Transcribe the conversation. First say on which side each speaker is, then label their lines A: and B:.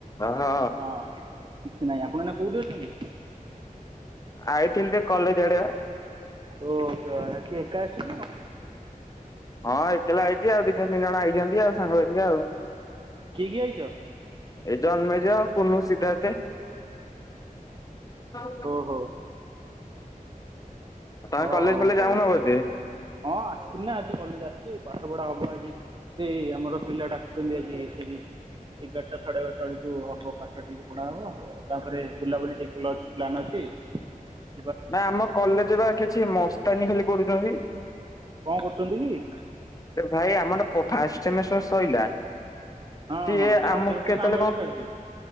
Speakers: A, on the left; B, on the right.
A: ଓହୋ
B: ହଁ। କିଛି ନାଇଁ ଆପଣ ଏଇନା କୋଉଠି ଅଛନ୍ତି?
A: ଆଇଥିଲି ଟିକେ କଲେଜ ଆଡେ ବା।
B: ତ ଏଠି ଏକା ଆସିଛନ୍ତି ନା କଣ?
A: ହଁ ଏକଲା ଆଇଛି ଆଉ ଦିତିନି ତିନି ଜଣ ଆଇଛନ୍ତି ଆଉ ସାଙ୍ଗ ହେଇକିରି ଆଉ।
B: ଜାଇଛ?
A: ଏ ଜନ୍ମେଜୟ କୁନୁ ସିଦ୍ଧାର୍ଥେ। <inaudible>
B: ଓହୋ
A: ତମେ
B: ଓ
A: କଲେଜ
B: ହଉ
A: ଫଲେଜ
B: ହଉ।
A: ଯାଉନ ବୋଧେ?
B: ହଁ ଆସିଥିଲନା, ଆଜି କଲେଜ ଆସିଛି। ପାଠପଢା ହବ ଆଜି। ସେଇ ଆମର ପିଲା ଡାକଛନ୍ତି ଆଜି ହେଇ ସେଇ ଠିକ ଏଗାରଟା ସାଢେ ଏଗାରଟା ବେଳକୁ ହବ ପାଠ ଟିକେ ପଢା ହବ ତାପରେ ବୁଲାବୁଲି ଟିକେ ଲ ପ୍ଲାନ୍ ଅଛି। ଁ <inaudible>
A: ନା ଆମ କଲେଜବା କିଛି ମସ୍ତାନୀ ଖାଲି କରୁଛନ୍ତି।
B: କଣ କରୁଛନ୍ତି କି?
A: ଭାଇ ଆମର ଫ ଫାଷ୍ଟ ସେମିଷ୍ଟର ସଇଲା।
B: ହଁ
A: ସିଏ
B: ହଁ ଫାଷ୍ଟ
A: ଆମକୁ
B: ସେମିଷ୍ଟର
A: କେତେଏଳେ
B: ତ ଆମର
A: କଣ
B: ବି ସରିଛି।